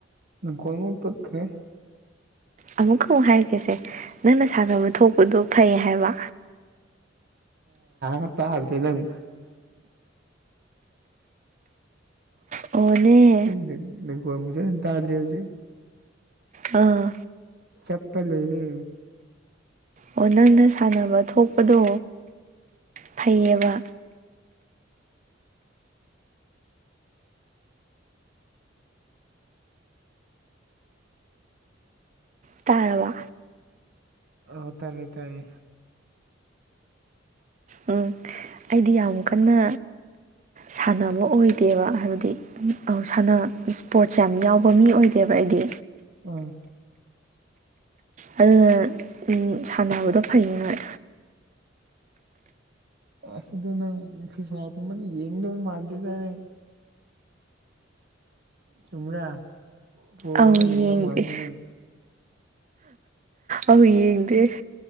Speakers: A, on the right; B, on the right.
A: ꯅꯪ ꯀꯣꯜ ꯑꯃꯨꯛ ꯇꯠꯈ꯭ꯔꯦ
B: ꯑꯃꯨꯛꯀ ꯑꯃꯨꯛ ꯍꯥꯏꯔꯛꯀꯦꯁꯦ ꯅꯪꯅ ꯁꯥꯟꯅꯕ ꯊꯣꯛꯄꯗꯣ ꯐꯩ ꯍꯥꯏꯕ
A: ꯑ ꯇꯥꯗ꯭ꯔꯦ ꯅꯪ
B: ꯑꯣꯂꯦ
A: ꯀꯩꯅ ꯅꯈꯣꯜ ꯐꯖꯅ ꯇꯥꯗ꯭ꯔꯦ ꯍꯧꯖꯤꯛ
B: ꯑꯥ
A: ꯆꯞꯄ ꯂꯩꯔꯦ
B: ꯑꯣ ꯅꯪꯅ ꯁꯥꯟꯅꯕ ꯊꯣꯛꯄꯗꯣ ꯐꯩꯌꯦꯕ ꯇꯥꯔꯕ
A: ꯑꯣ ꯇꯔꯦ ꯇꯔꯦ
B: ꯎꯝ ꯑꯩꯗꯤ ꯌꯥꯝ ꯀꯟꯅ ꯁꯥꯟꯅꯕ ꯑꯣꯏꯗꯦꯕ ꯍꯥꯏꯕꯗꯤ ꯑ ꯁꯥꯟꯅ ꯏꯁꯄꯣꯔꯠꯁ ꯌꯥꯝ ꯌꯥꯎꯕ ꯃꯤ ꯑꯣꯏꯗꯦꯕ ꯑꯩꯗꯤ
A: ꯎꯝ
B: ꯑꯗꯨꯅ ꯁꯥꯟꯅꯕꯗꯣ ꯐꯩꯌꯦ ꯅꯣꯏ
A: ꯑꯁꯤꯗꯣ ꯅꯪ ꯐꯤꯐꯥ ꯀꯨꯝꯕꯗꯤ ꯌꯦꯡꯗꯧ ꯃꯥꯟꯗꯔ꯭ꯦꯗ ꯅꯪ ꯆꯨꯝꯔꯥ ꯐꯣꯜꯒꯨꯝꯕ
B: ꯑꯧ ꯌꯦꯡꯗꯦ
A: ꯌꯦꯡꯗꯧ ꯃꯥꯟꯗꯦ ꯅꯪ
B: ꯑꯧ ꯌꯦꯡꯗꯦ